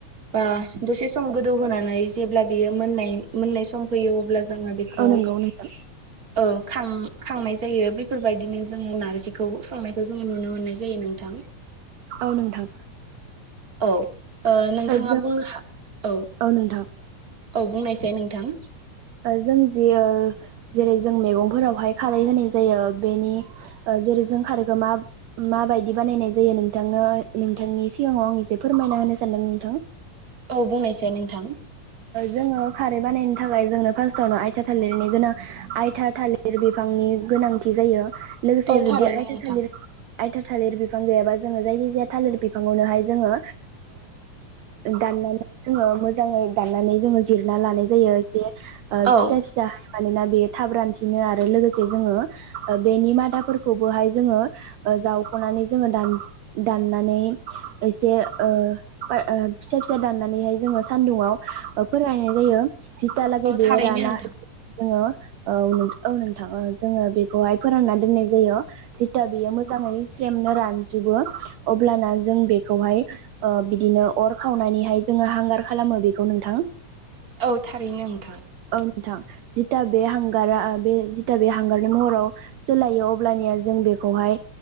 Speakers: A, on the right; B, on the right.
A: बा दसे सम गोदौ होनोनानै जेब्ला बेयो मोननाय मोननाय सम फैयो अब्ला जोङो बेखौ
B: औ नंगौ नोंथां
A: औ खां-खांनाय जायो बेफोरबायदिनो जोङो नारजिखौ संनाय बेखौ जोङो नुनो मोननाय जायो नोंथां।
B: औ नोंथां
A: औ नोंथाङा
B: जों
A: बुंनो हा औ
B: औ नोंथां
A: औ बुंनायसाय नोंथां
B: जों जि जेरै जों मैगंफोरावहाय खारै होनाय जायो बेनि जेरै जों खारैखो मा माबायदि बानायनाय जायो नोंथांनो नोंथांनि सिगाङाव आं एसे फोरमायना होनो सानदों नोंथां।
A: औ बुंनायसाय नोंथां
B: जोङो खारै बानायनो थाखाय जोंनो फार्स्टआवनो आयथा थालिरनि गोनां आइथा थालिर थालिर बिफांनि गोनांथि जायो लोगोसे
A: औ
B: जुदि
A: थारैनो
B: आयथा
A: नोंथां
B: थालिर आयथा थालिर बिफां गैयाबा जोङो जायखिजाया थालिर बिफाङावनोहाय जोङो दाननानै जोङो मोज मोजाङै दाननानै जोङो जिरना लानाय जायो एसे
A: औ
B: फिसा फिसाहाय मानोना बेयो थाब रानसिनो आरो लोगोसे जोङो बेनि मादाफोरखौबोहाय जोङो जावख'नानै जोङो दान दाननानै एसे फिसा फिसा दाननानैहाय जोङो सान्दुंयाव फोराननाय जायो जिथियालागै बेयो
A: थारैनो
B: राना
A: नोंथां
B: जोङो औ औ नोंथां जोङो बेखौहाय फोराननानै दोननाय जा जायो जेथिया बेयो मोजाङै सेमनो रानजुबो अब्लाना जों बेखौहाय बिदिनो अर खावनानैहाय जोङो हांगार खालामो बेखौ नोंथां
A: औ थारैनो नोंथां
B: औ नोंथां जिथा बे हांगारा बे जिथा बे हांगारनि महराव सोलायो अब्लानिया जों बेखौहाय